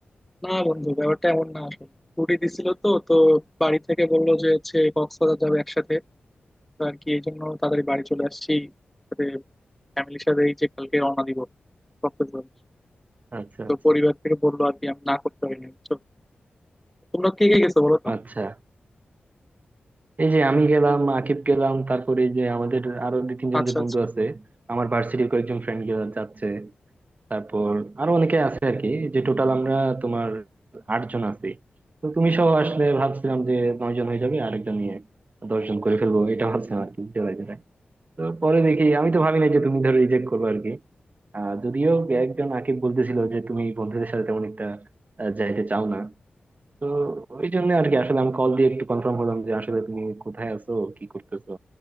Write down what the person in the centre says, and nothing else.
না বন্ধু ব্যাপারটা এমন না আসলে ছুটি দিছিল তো তো বাড়ি থেকে বললো যে হচ্ছে কক্সবাজার যাবে একসাথে তো আর কি এই জন্য তাড়াতাড়ি বাড়ি চলে আসছি সাথে ফ্যামিলির সাথে এই যে কালকে রওনা দিব কক্সবাজার
তো
পরিবার থেকে বললো আর কি আমি না করতে পারিনি বুঝছো? তোমরা কে কে গেছো বলো তো
আচ্ছা
আচ্ছা